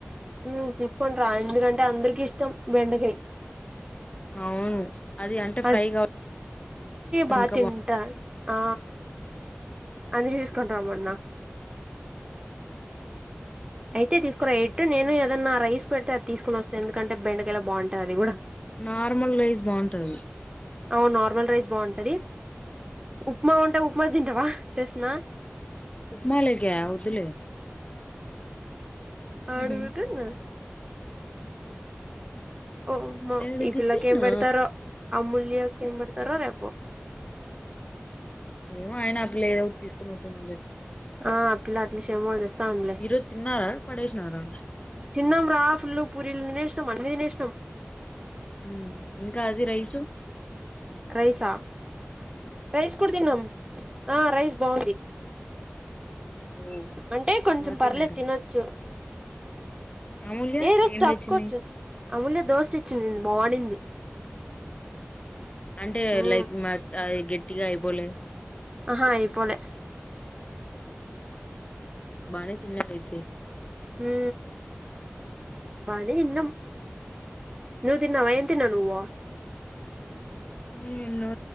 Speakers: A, on the right; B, on the left.
A: హూ తీసుకోనిరా ఎందుకంటే అందరికి ఇష్టం బెండకాయ
B: అవును అది అంటే
A: అట్టి
B: ఫ్రై కావ
A: బా
B: ఇంకా
A: తింటా
B: బాగు
A: ఆ అందుకే తీసుకొని రమ్మన్నా అయితే తీసుకురా ఎయిట్ నేను ఏదన్నా రైస్ పెడితే అది తీసుకుని వస్త ఎందుకంటే బెండకాయలా బాగుంటది అది కూడా
B: నార్మల్ రైస్ బావుంటది
A: అవును నార్మల్ రైస్ బావుంటది ఉప్మా ఉంటే ఉప్మా తింటవా తెస్తున్నా
B: ఉప్మా లేక వద్దులే
A: అడుగుతున్నా
B: ఉహు.
A: ఓ మా
B: అడుగుతున్నా
A: ఈ పిల్లకి ఏం పెడతారో అమూల్యకి ఏం పెడతారో రేపు
B: ఏమో ఆయిన ఆ పిల్ల ఏదో ఒకటి తీసుకొని వస్తుందిలే
A: ఉమ్ ఆ పిల్ల అట్ల శమోల్ తెస్ తాందిలే
B: ఈ రోజు తిన్నారా పడేసినారా
A: తిన్నాంరా ఫుల్లు పూరిల్ తినేస్ మొత్తం అన్ని తినేసినం
B: ఉమ్ ఇంకా అది రైసు
A: రైసా రైస్ కూడా తిన్నం మ్ రైస్ బాగుంది
B: అబ్బో
A: అంటే కొంచెం
B: బా
A: పర్లే
B: తిన్నారే
A: తినొచ్చు
B: అమూల్య
A: ఏ రోజు
B: ఏమి
A: తక్కువ
B: తెచ్చింది
A: వచ్చింది అమూల్య దోశ ఇచ్చింది బాగుడింది
B: అంటే
A: ఉమ్.
B: లైక్ మ అది గట్టిగా అయిపోలే
A: ఆహా అయిపోలే
B: బానే తిన్నాడయితే
A: ఊ బానే తిన్నం నువు తిన్నావ ఏం తిన్నావ్ నువ్
B: నేనా